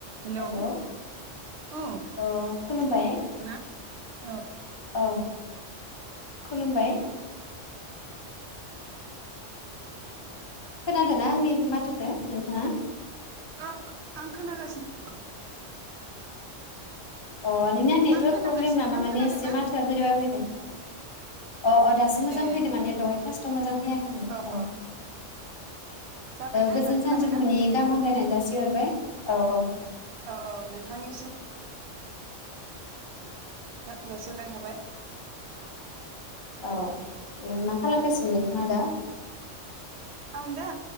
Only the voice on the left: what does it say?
हेल'
अ खुलुमबाय
औ खुलुमबाय खोनादोंना आंनि माथोखौ नोंथाङा?
अ नोंनिना नेटवार्क
प्रब्लेम नामा
माने
एसे माथोआ बोरैबा फैदों? अ अ दासो मोजां
फैदों माने दहाय फार्स्टआव मोजां फैयाखैमोन
औ
गोजोन
सानजौफुनि गाहाम हामब्लायनायखौ जाासिहरबाय औ-औ
औ मा खालामगासिनो नोंथाङा दा?